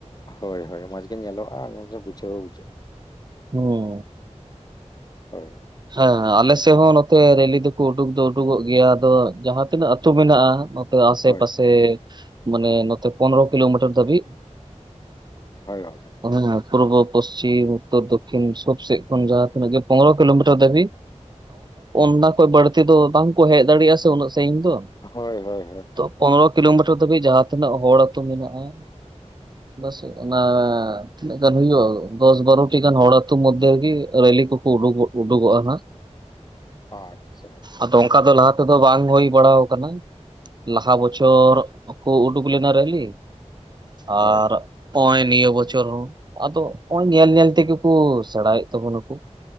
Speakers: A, on the left; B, on the right.
A: ᱦᱳᱭ ᱦᱳ ᱢᱚᱸᱡᱽ ᱜᱮ ᱧᱮᱞᱚᱜᱼᱟ ᱵᱩᱡᱷᱟᱹᱣ ᱵᱩᱡᱷᱟᱹᱜᱼᱟᱼᱼ
B: ᱦᱩ
A: ᱦᱳᱭ
B: ᱦᱮᱸ ᱟᱞᱮᱥᱮᱫ ᱦᱚᱸ ᱱᱚᱛᱮ ᱨᱮᱞᱤ ᱫᱚᱠᱚ ᱩᱰᱩᱠ ᱫᱚ ᱩᱰᱩᱠᱚᱜ ᱜᱮᱭᱟ ᱟᱫᱚ ᱡᱟᱦᱟᱸ ᱛᱤᱱᱟᱹᱜ ᱟᱹᱛᱩ ᱢᱮᱱᱟᱜᱼᱟᱼᱼ ᱟᱥᱮ
A: ᱦᱳᱭ,
B: ᱯᱟᱥᱮ ᱢᱟᱱᱮ ᱱᱚᱛᱮ ᱯᱚᱱᱨᱚ ᱠᱤᱞᱳᱢᱤᱴᱟᱨ ᱫᱷᱟᱹᱵᱤᱡᱼᱼ
A: ᱦᱳᱭ ᱜᱚᱝᱠᱮ᱾
B: ᱦᱮᱸ ᱯᱩᱨᱵᱚ ᱯᱚᱥᱪᱤᱢ ᱩᱛᱛᱚᱨ ᱫᱚᱠᱠᱷᱤᱱ ᱥᱚᱵ ᱥᱮᱫ ᱠᱷᱚᱱ ᱡᱟᱦᱟᱸ ᱛᱤᱱᱟᱹᱜ ᱜᱮ ᱯᱚᱱᱨᱚᱼᱼ ᱠᱤᱞᱳᱢᱤᱴᱟᱨ ᱫᱷᱟᱹᱵᱤᱡ ᱚᱱᱟ ᱠᱷᱚᱡ ᱵᱟᱹᱲᱛᱤ ᱫᱚ ᱵᱟᱝ ᱠᱚ ᱦᱮᱡ ᱫᱟᱲᱮᱭᱟᱜᱼᱟ ᱥᱮ ᱩᱱᱟᱹᱜ ᱥᱟᱹᱜᱤᱧ ᱫᱚ
A: ᱦᱳᱭ ᱦᱳᱭ ᱦᱳᱭ
B: ᱛᱚ ᱯᱚᱱᱨᱚ ᱠᱤᱞᱳᱢᱤᱴᱟᱨ ᱫᱷᱟᱹᱵᱤᱡ ᱡᱟᱦᱟᱸ ᱛᱤᱱᱟᱹᱜ ᱦᱚᱲ ᱟᱛᱩ ᱢᱮᱱᱟᱜᱼᱟ᱾ ᱵᱟᱥ ᱚᱱᱟᱼᱼ ᱛᱤᱱᱟᱹᱜ ᱜᱟᱱ ᱦᱩᱭᱩᱜᱼᱟ ᱫᱚᱥ ᱵᱟᱨᱳᱚᱴᱤ ᱜᱟᱱ ᱦᱚᱲ ᱟᱛᱩ ᱢᱚᱫᱽᱫᱷᱮ ᱨᱮᱜᱤ ᱨᱮᱞᱤ ᱠᱚᱠᱚ ᱩᱰᱩᱠᱚᱜᱼᱼ ᱩᱰᱩᱠᱚᱜᱼᱟ ᱱᱟᱦᱟᱜ
A: ᱟᱪᱪᱷᱟ,
B: ᱟᱫᱚ ᱚᱱᱠᱟ
A: ᱚ
B: ᱫᱚ ᱞᱟᱦᱟᱼᱼ ᱛᱮ ᱫᱚ ᱵᱟᱝ ᱦᱩᱭ ᱵᱟᱲᱟᱣ ᱠᱟᱱᱟ ᱞᱟᱦᱟ ᱵᱚᱪᱷᱚᱨ ᱠᱚ ᱩᱰᱩᱠ ᱞᱮᱱᱟ ᱨᱤᱞᱤ᱾
A: ᱦᱳᱭ,
B: ᱟᱨᱼᱼ ᱟᱫᱚ ᱱᱚᱜᱭ ᱱᱤᱭᱟᱹ ᱵᱚᱪᱷᱚᱨ ᱦᱚᱸ ᱟᱫᱚ ᱱᱚᱜᱼᱚᱭ ᱧᱮᱞ ᱧᱮᱞ ᱛᱮᱜᱮ ᱠᱚ ᱥᱮᱬᱟᱭᱮᱫ ᱛᱟᱵᱚᱱᱟᱠᱚ᱾